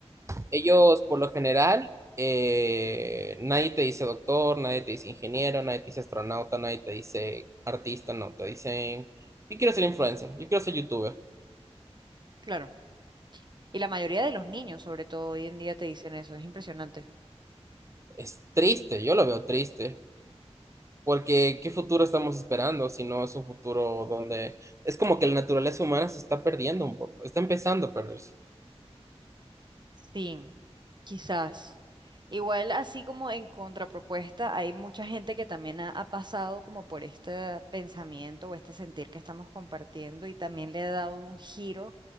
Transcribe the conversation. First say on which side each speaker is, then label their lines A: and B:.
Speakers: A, on the right; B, on the right.
A: Ellos, por lo general, eh, nadie te dice doctor, nadie te dice ingeniero, nadie te dice astronauta, nadie te dice artista, no, te dicen, yo quiero ser influencer, yo quiero ser youtuber.
B: Claro. Y la mayoría de los niños, sobre todo hoy en día, te dicen eso, es impresionante.
A: Es triste, yo lo veo triste, porque ¿qué futuro estamos esperando si no es un futuro donde es como que la naturaleza humana se está perdiendo un poco, está empezando a perderse.
B: Sí, quizás. Igual, así como en contrapropuesta, hay mucha gente que también ha, ha pasado como por este pensamiento o este sentir que estamos compartiendo y también le ha dado un giro